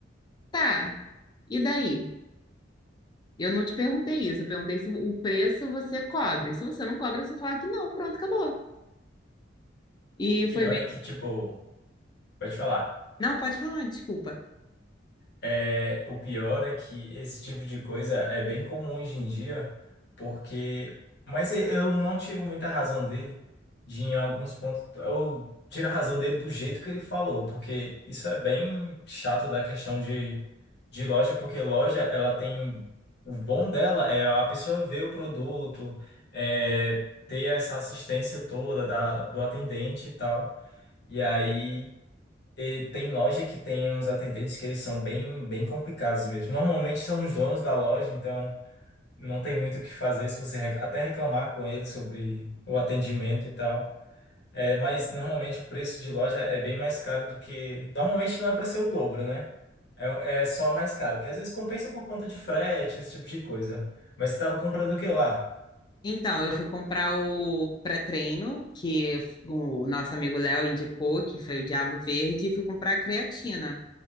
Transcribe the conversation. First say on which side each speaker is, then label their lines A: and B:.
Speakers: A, on the left; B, on the left.
A: tá, e daí? Eu não te perguntei isso, eu perguntei se o preço você cobre. Se você não cobra, você fala que não, pronto, acabou. E
B: O pior
A: foi bem.
B: é que, tipo, pode falar.
A: Não, pode falar, desculpa.
B: É, o pior é que esse tipo de coisa é bem comum hoje em dia, porque. Mas e- eu não tiro muita razão dele de, em alguns pontos. Eu tiro a razão dele do jeito que ele falou, porque isso é bem chato da questão de, de loja, porque loja, ela tem. O bom dela é a pessoa ver o produto, é, ter essa assistência toda da, do atendente e tal. E aí. E tem loja que tem uns atendentes que eles são bem, bem complicados mesmo. Normalmente são os donos da loja, então não tem muito o que fazer se você rec- até reclamar com eles sobre o atendimento e tal. É, mas normalmente o preço de loja é bem mais caro do que. Normalmente não é para ser o dobro, né? É, é só mais caro, que às vezes compensa por conta de frete, esse tipo de coisa. Mas você estava comprando o que lá?
A: Então, eu fui comprar o pré-treino, que o nosso amigo Léo indicou, que foi o Diabo Verde, e fui comprar a creatina.